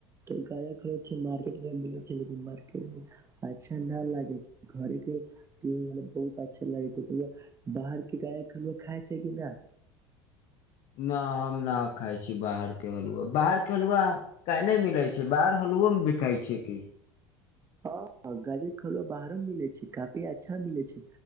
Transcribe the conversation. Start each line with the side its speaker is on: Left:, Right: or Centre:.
Right: त मार्केट मे मिल छैय लेकिन मार्केट में अच्छा नहि लागै छैय घरे के बहुत अच्छा लागै छैय बाहरके जाय के रउआ खाइ छैय कि न
Left: नहि हम नहि खाइ छी बाहरके हलुआ बाहरके हलुआ क नहि मिलै छैय बाहर हलुओ बिकाइ छैय कि
Right: हँ गाजर के हलुवा बाहरो मिलै छैय काफी अच्छा मिलै छैय